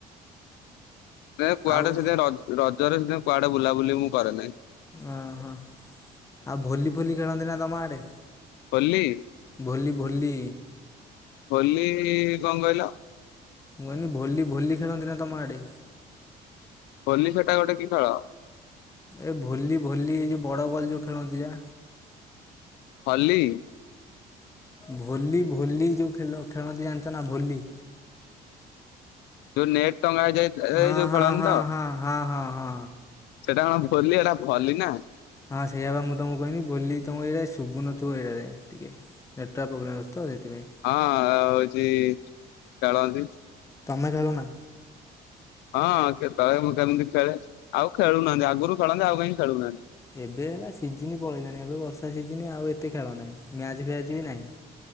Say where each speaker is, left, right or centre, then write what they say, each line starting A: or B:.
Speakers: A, on the left (about 80°); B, on the left (about 15°).
A: ନା କୁଆଡେ
B: ଆଉ
A: ସେଦିନ ରଜ ରଜରେ, ସେ କୁଆଡେ ବୁଲାବୁଲି ମୁଁ କରେ ନାହିଁ।
B: ଓହୋ। ଆଉ ଭୋଲି ଫୋଲି ଖେଳନ୍ତି ନା ତମ ଆଡେ।
A: ହୋଲି।
B: ଭୋଲି, ଭୋଲି।
A: ହୋଲି ଲି କଣ କହିଲ?
B: ମୁଁ କହିଲି, ବୋଲି ଭୋଲି ଖେଳନ୍ତି ନା ତମ ଆଡେ।
A: ହୋଲି ସେଟା ଗୋଟେ କି ଖେଳ।
B: ଏ ଭଲି ଭଲି ଏ ଯୋଉ ବଡ ବଲ୍ ଯୋଉ ଖେଳନ୍ତି ଯା
A: ହଲି
B: ଭୋଲି ଭୋଲି ଯେଉଁ ଖେ ଖେଳନ୍ତି ଜାଣିଛ ନା ଭୋଲି।
A: ଯୋଉ ନେଟ ଟଙ୍ଗା ହେଇଯାଇ
B: ହଁ
A: ଯୋଉ ଖେଳନ୍ତି
B: ହଁ ହଁ
A: ତ।
B: ହଁ ହଁ ହଁ ହଁ।
A: ସେଟା କଣ ବୋଲି ଏଟା ଭଲି ନା।
B: ହଁ ସେଇଆ ବା ମୁଁ ତମକୁ କହିଲି ବୋଲି ତମ ଏଇଟା ଶୁଭୁନଥିବ ଏଇଟାରେ ଟିକେ। ନେଟୱାର୍କ୍ ପ୍ରୋବ୍ମ୍ ଅଛି ତ ସେଥିାଇଁ।
A: ହଁ ଆ ହଉଛି ଚଳନ୍ତି।
B: ତମେ ଖେଳ ନା?
A: ହଁ ତ କେତେବଳେ ମୁ କେମିତି ଖେଳେ ଆଉ ଖେଳୁନାହାନ୍ତି ଆଗରୁ ଖେଳନ୍ତି ଆଉ କାହିଁ ଖେଳୁନାହାନ୍ତି।
B: ଏବେ ହେଲା ସିଜିିନ ପଳେଇଲାଣି ଏବେ ବର୍ଷା ସିଜିନ ଆଉ ଏତେ ଖେଳ ନାହିଁ ମ୍ୟାଚ ଫ୍ୟାଚ ବି ନାହିଁ।